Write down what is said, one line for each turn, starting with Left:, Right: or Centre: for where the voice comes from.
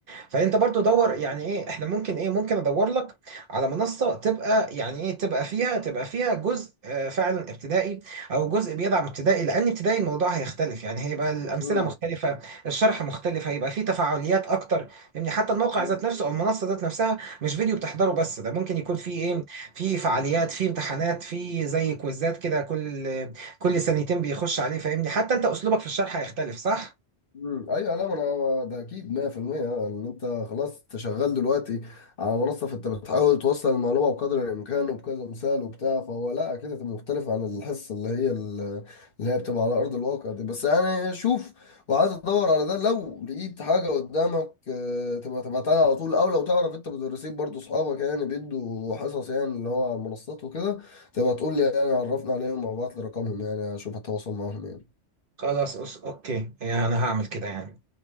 Right: فانت برضو دور يعني ايه احنا ممكن ايه ممكن ادور لك على منصه تبقى يعني ايه تبقى فيها تبقى فيها جزء آه، فعلا ابتدائي او جزء بيدعم ابتدائي لان ابتدائي الموضوع هيختلف يعني هيبقى الامثله
Left: امم
Right: مختلفه الشرح مختلف هيبقى فيه تفاعليات اكتر يعني حتى الموقع
Left: امم
Right: ذات نفسه او المنصه ذات نفسها مش فيديو بتحضره بس ده ممكن يكون فيه ايه فيه فعاليات فيه امتحانات فيه زي كويزات كده كل كل سنتين بيخش عليه فاهمني حتى انت اسلوبك في الشرح هيختلف صح
Left: مم. ايوه لا ما انا ده اكيد 100% ان انت خلاص انت شغال دلوقتي على منصه فانت بتحاول توصل المعلومه بقدر الامكان وبكذا مثال وبتاع فهو لا اكيد هتبقى مختلف عن الحصه اللي هي ال- اللي هي بتبقى على ارض الواقع دي بس يعني شوف وعايز تدور على ده لو لقيت حاجه قدامك آه، تبقى تبعتها لي على طول او لو تعرف انت مدرسين برضو اصحابك يعني بيدوا حصص يعني اللي هو على المنصات وكده تبقى تقول لي يعني عرفنا عليهم او ابعت لي رقمهم يعني اشوف هتواصل معاهم يعني
Right: خلاص أس... اوكي يعني انا هعمل كده يعني